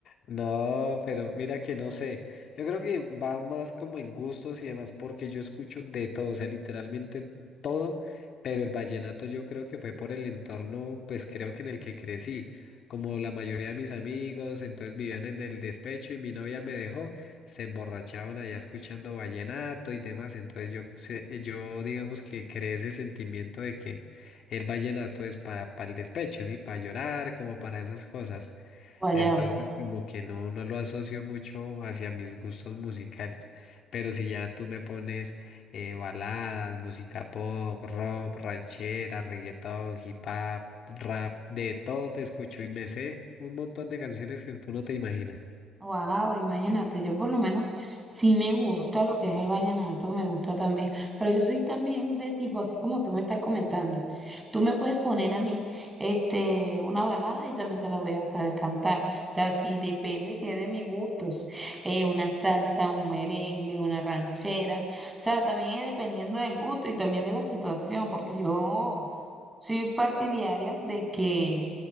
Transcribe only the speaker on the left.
No, pero mira que no sé. Yo creo que va más como en gustos y demás, porque yo escucho de todo, o sea, literalmente todo, pero el vallenato yo creo que fue por el entorno, pues creo que en el que crecí. Como la mayoría de mis amigos, entonces vivían en el despecho y mi novia me dejó, se emborrachaban allá escuchando vallenato y demás. Entonces yo, sé- yo digamos que creé ese sentimiento de que el vallenato es para el despecho, sí, para llorar, como para esas cosas.
Entonces, como que no, no lo asocio mucho hacia mis gustos musicales. Pero si ya tú me pones eh, baladas, música pop, rock, ranchera, reggaetón, hip hop, rap, de todo te escucho y me sé un montón de canciones que tú no te imaginas.